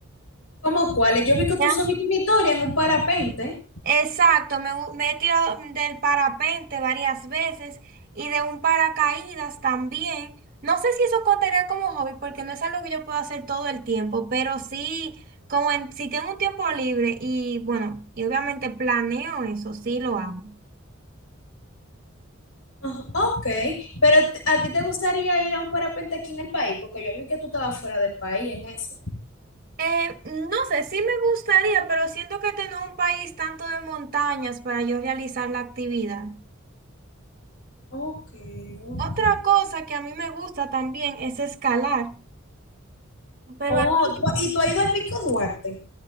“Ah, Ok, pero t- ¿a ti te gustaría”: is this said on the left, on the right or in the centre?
Left